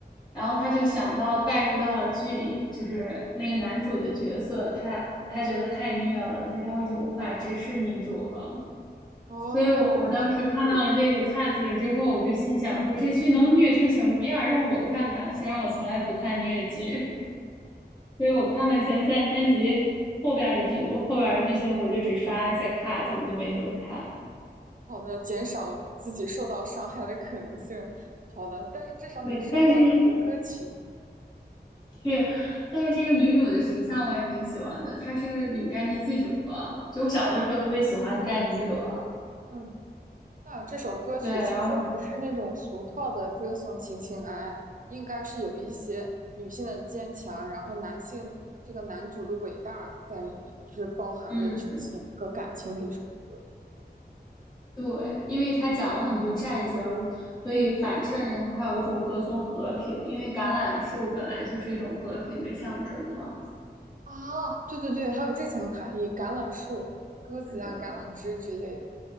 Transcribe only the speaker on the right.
然后它。
嗯，
好的，减少自己受到伤害的可能性。好的，但是至少你收获了那首歌曲，
对吧？
嗯，
对呀，嗯，那这首歌曲其实不是那种俗套的歌颂情情爱爱，
应该是有一些女性的坚强，然后男性这个男主的伟大在里面，就是包含着剧情和感情的一首歌。
嗯，
啊，对对对，还有这层含义，橄榄树、鸽子啊、
橄榄枝之类的。